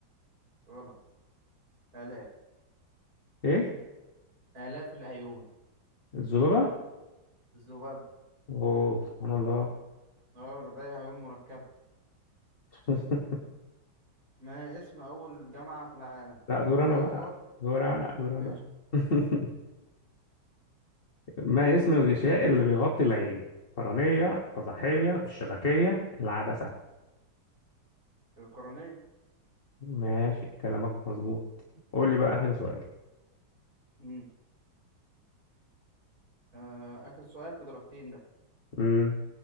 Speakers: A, on the right; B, on the left.
A: غلط آلاف
B: إيه
A: آلاف العيون
B: الذبابة
A: الذبابة
B: أوه سبحان الله
A: اه لديها عيون مركبة
B: <laughs>
A: ما اسم أول جامعة في العالم
B: لا دور
A: الأزهر
B: أنا بقى دور أنا دور
A: ماشي
B: أنا <laughs> ما اسم الغشاء اللي بيغطي العين القرنية القزحية الشبكية العدسة
A: القرنية
B: ماشي كلامك مظبوط قول لي بقى آخر سؤال
A: مم. آه آخر سؤال بدرجتين ده
B: امم